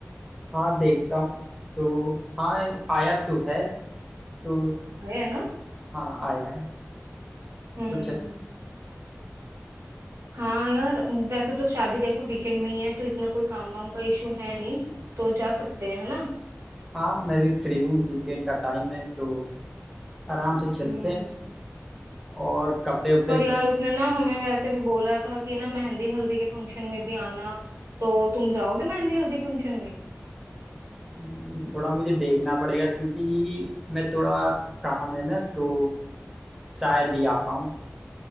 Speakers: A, in the centre; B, on the right.
A: हाँ देखता हूँ तो हाँ आया तो है तो
B: आया है ना
A: हाँ आया है
B: हम्म
A: तो चल
B: हाँ यार वैसे तो शादी देखो वीकेंड में ही है तो इतना कोई काम वाम का इशू है नहीं तो जा सकते हैं है ना
A: हाँ मैं भी फ्री हूँ वीकेंड का टाइम है तो आराम से चलते
B: हम्म
A: हैं और कपड़े उपड़े
B: पर
A: सब
B: यार उसने ना हमें वैसे भी बोला था कि ना मेहंदी हल्दी के फंक्शन में भी आना तो तुम जाओगे मेहंदी हल्दी फंक्शन में
A: हम्म, थोड़ा मुझे देखना पड़ेगा क्योंकि मैं थोड़ा काम है ना तो शायद ही आ पाऊँ